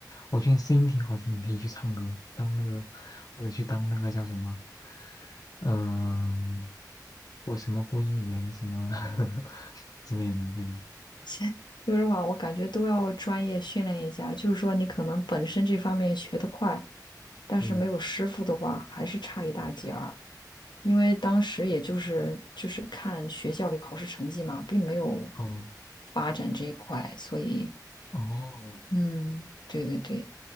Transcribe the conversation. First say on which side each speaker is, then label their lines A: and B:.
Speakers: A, on the left; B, on the left.
A: 我觉得你声音挺好听，你可以去唱歌，当那个或者去当那个叫什么，嗯、我什么播音员什么 <laughs> 之类的，对吧？
B: 现有的话，我感觉都要专业训练一下，就是说你可能本身这方面学得快，但是没有师傅的话，
A: 嗯，
B: 还是差一大截儿。因为当时也就是就是看学校里考试成绩嘛，并没有
A: 哦
B: 发展这一块，所以
A: 哦，
B: 嗯，对对对，